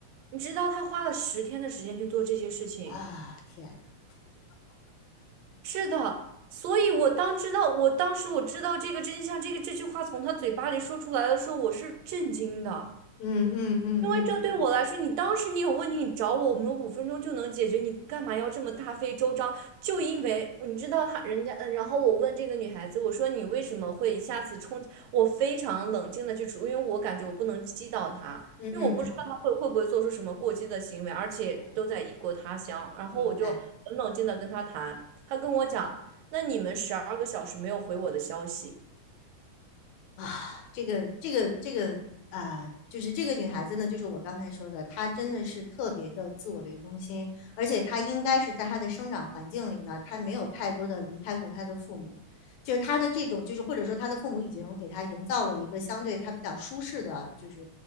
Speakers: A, on the right; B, on the left.
A: 你知道他花了十天的时间去做这些事情。
B: 啊，天哪！
A: 是的，所以我当知道，我当时我知道这个真相，这个这句话从他嘴巴里说出来的时候，我是震惊的。
B: 嗯嗯嗯嗯嗯，
A: 因为这对我来说，你当时你有问题，你找我，我们五分钟就能解决，你干嘛要这么大费周章？就因为你知道他人家，嗯，然后我问这个女孩子，我说你为什么会一下子冲？我非常冷静的去处，因为我感觉我不能激到她，
B: 嗯嗯嗯
A: 因为我不知道她会会不会做出什么过激的行为，而且都在异国他乡，
B: 嗯，
A: 然后我就很冷静的跟她谈，
B: 明白。
A: 她跟我讲，那你们十二个小时没有回我的消息。
B: 啊，这个这个这个啊、呃就是这个女孩子呢，就是我刚才说的，她真的是特别的自我为中心，而且她应该是在她的生长环境里呢，她没有太多的离开过她的父母，就是她的这种，就是或者说她的父母已经给她营造了一个相对她比较舒适的，就是